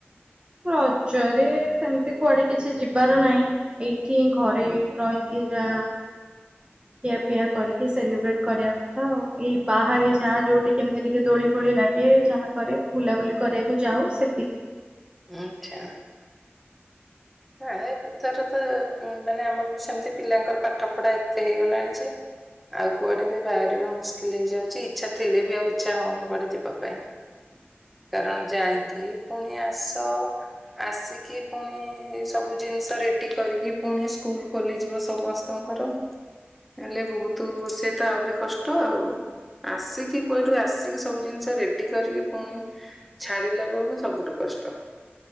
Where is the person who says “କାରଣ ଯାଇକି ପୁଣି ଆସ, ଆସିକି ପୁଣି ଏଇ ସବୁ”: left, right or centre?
Centre